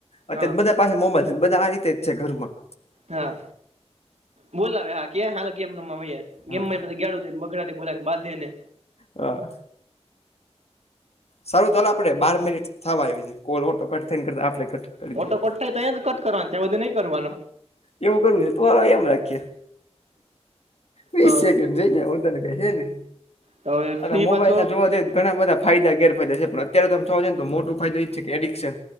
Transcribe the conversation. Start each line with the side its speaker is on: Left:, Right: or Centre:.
Left: અત્યારે
Right: હા
Left: બધા પાસે મોમજ બધા આ રીતે જ છે ઘરમાં
Right: હા બોલ આવે હા ક્યા હાલ કેમ રમમાૈયા
Left: હા
Right: ગેમમાં બધ ગાું બગડાડી બોલા ને બાંધે ને
Left: હા સારું ચાલ આપડે બાર મિનિટ થવા આવી છે કોલ ઓટ કટ થઈ ને કરતા આપે કટ કરી દઈએ
Right: ઓટો કટ થાય તો એ જ કટ કરવાનો ત્યાં બધું નહીં કરવાનો
Left: એવું કરું છે તમ રાખીએ વીસ
Right: હા
Left: સેકન્ડ જઈ હું તને કહી છે ને
Right: તો હવે ફ્રી
Left: અ મોબાઈલ
Right: પાછો
Left: ના જોવા જઈ ઘણા બધા ફાયદા ગેરફાયદા છે પણ અત્યારે તમે છો ને તો મોટો ફાયદો એ જ છે કે એડિક્શન